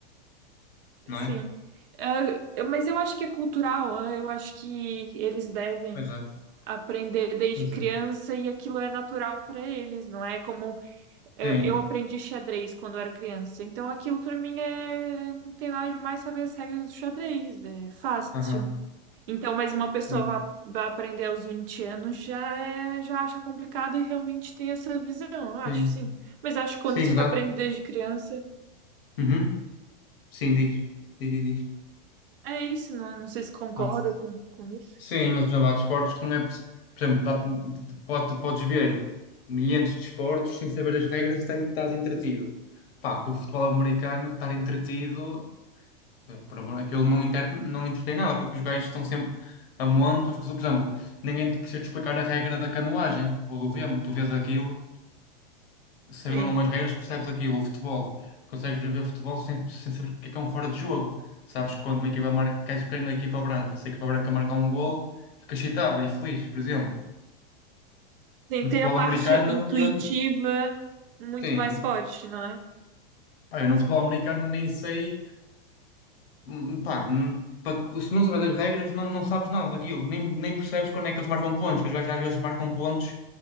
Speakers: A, on the right (about 65°); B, on the left (about 75°).
A: que
B: não
A: sim.
B: é?
A: É, eu- mas eu acho que é cultural, é, eu acho que eles devem
B: Pois é,
A: aprender desde
B: pois
A: criança
B: é.
A: e aquilo é natural para eles, não é como eu,
B: Sim,
A: eu aprendi xadrez quando eu era criança. Então aquilo para mim é não tem nada demais saber as regras do xadrez, é fácil.
B: aham,
A: Então, mas uma pessoa
B: Sim,
A: vai, vai aprender aos 20 anos já é, já acha complicado e realmente tem essa visão, eu acho,
B: sim.
A: sim. Mas acho que quando
B: Sim,
A: se
B: mas há-
A: aprende desde criança,
B: Uhum. Sim, diz, diz, diz. diz.
A: é isso, não, não sei se concorda
B: Ah.
A: com, com isso.
B: Sim, mas por exemplo, há desportos que não é. preciso- Por exemplo, dá- pode, tu podes ver milhares de desportos sem saber as regras e tá- e estás entretido. Pá, com o futebol americano, estar entretido, eh, por amor, aquilo não, inter, não entretém nada, porque os gajos estão sempre a monte. As pessoas, por exemplo, ninguém te precisa te explicar a regra da canoagem ou do remo, tu vês aquilo sabendo
A: Sim.
B: ou não as regras, percebes aquilo, o futebol. Consegues ver futebol sem, sem saber o que é que é um fora de jogo. Sabes que quando uma equipa marca, queres que ganhe a equipa branca. Se a equipa branca marcar um golo, fica excitado e feliz, por exemplo.
A: Sim,
B: No
A: tem
B: futebol
A: a parte
B: americano,
A: intuitiva
B: e eu,
A: muito
B: sim,
A: mais forte, não é?
B: pá, eu no futebol americano nem sei, hum, pá, hum, pa- se não sabes as regras, não, não sabes nada daquilo, nem, nem percebes quando é que eles marcam pontos, que os gajos às vezes marcam pontos